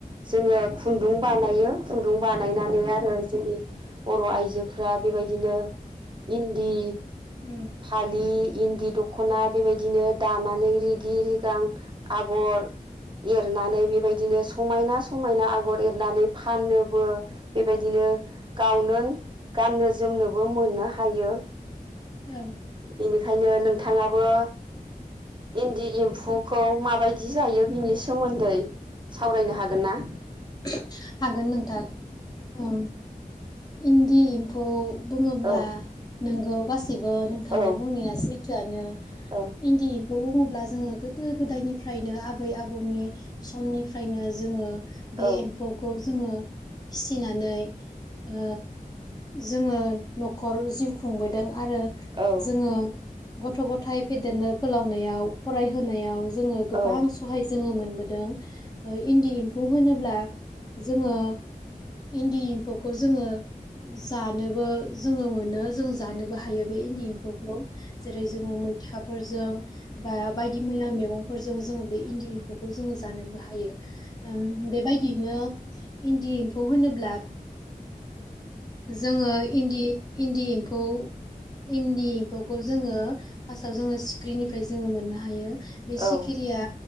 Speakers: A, on the right; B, on the left.
A: जोङो खुन्दुं बानायो। खुन्दुं बानायनानै आरो जोंनि बर' आइजोफ्रा बेबायदिनो इन्दि
B: उम
A: फालि इन्दि दख ख'ना बेबायदिनो दानानै रिगि रिगां आगर एरनानै बेबायदिनो समायना समायना आगर एरनानै फाननोबो बेबायदिनो गावनो गाननो जोमनोबो मोननो हायो।
B: औ
A: बेनिखायनो नोंथ थाङाबो इन्दि एम्फुखौ माबायदि जायो बिनि सोमोन्दै सावरायनो हागोन ना?
B: <unintelligible> हागोन नोंथां औ। इन्दि एम्फौ बुङोब्ला
A: औ
B: नों औ गा सिबो नोंथांनि
A: औ
B: बुंनाया सैथोआनो
A: औ
B: इन्दि एम्फौ बुङोब्ला जोङो गोदो गोदायनि फ्रायनो आबै आबौनि समनिफ्रायनो जोङो बे
A: औ
B: एम्फौखौ जोङो फिसिनानै ओ जोङो न'खर जिउ खुंबोदों। आरो
A: औ
B: जोङो गथ' गथाइ फेदेरनो फोलावनायाव फरायहोनायाव जोङो गोबां
A: औ
B: सहाय जोङो मोन बोदों इन्दि एम्फौ होनो ब्ला जोङो इन्दि एम्फौखौ जोङो जानोबो जोङो मोनो जों जानोबो हा थायो बे इन्दि एम्फौखौ जेरै जोङो मैथा फोरजों बा बायदि मैया मेगं फोरजों जोङो बे इन्दि एम्फौखौ जोङो जानोबो हायो। ओम बे बिनो इन्दि एम्फौ होनोब्ला जोङो इन्दि इन्दि एम्फौ इन्दि एम्फौखौ जोङो फार्स्टआव जोङो सिख्रिनिफ्राय जोङो मोननो हायो। बे सिखिरिया
A: औ